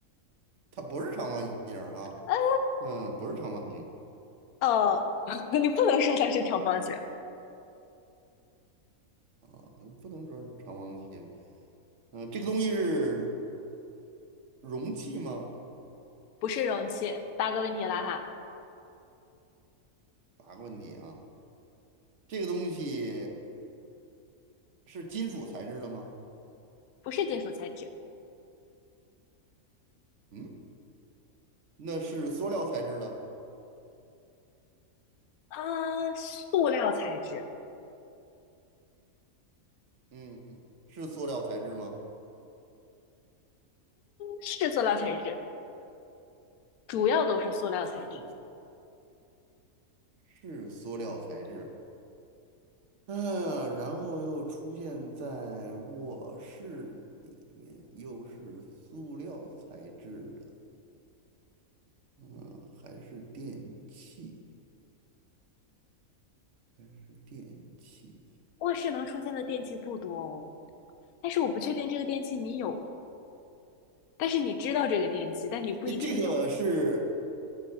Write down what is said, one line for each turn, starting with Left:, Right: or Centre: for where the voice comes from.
Right: 它不是长方形啊，
Left: 嗯
Right: 嗯，不是长方形
Left: 呃，<laughs> 你不能说它是长方形，
Right: 啊，不能说是长方形。嗯，这个东西是容器吗？
Left: 不是容器。八个问题了哈，
Right: 八个问题啊，这个东西是金属材质的吗？
Left: 不是金属材质，
Right: 嗯，那是塑料材质的，
Left: 啊，塑料材质
Right: 嗯，是塑料材质吗？
Left: 是塑料材质，主要都是塑料材质。
Right: 是是塑料材质，嗯，然后又出现在卧室里面，又是塑料材质的，嗯，还是电器，还是电器。
Left: 卧室能出现的电器不多哦，但是我不确定这个电器你有，但是你知道这个电器，但你不一定有。
Right: 哎，这个是